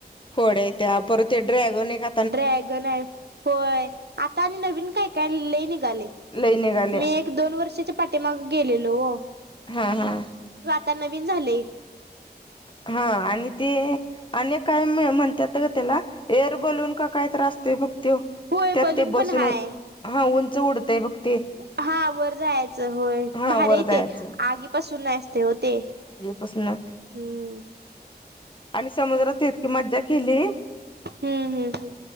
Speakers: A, on the left; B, on the right.
A: होोड्या त्या परत ड्रॅगन आहे का?
B: ड्रॅगन आहे होय आता आणि नवीन काय काय लले निघाले.
A: लईने ग.
B: मी एक दोन वर्षाच्या पाठीमाग गेलेलो हो.
A: हा हा.
B: आता नवीन झालंय
A: हा आणि ते अ काय म्हणतात त्याला एअर बलून का काय आसतोय बघ त्य
B: होय
A: त्यात
B: बलून
A: ते
B: पण
A: बसून
B: हाय.
A: हा उंच उडतंय बघ ते
B: हा वर जायचं होय
A: हा
B: भारी
A: वर जायचं
B: ते आगीपासून न असते हो ते
A: पसन
B: हो
A: आणि समुद्रात इतकी मज्जा केली.
B: हम्म हम्म हम्म.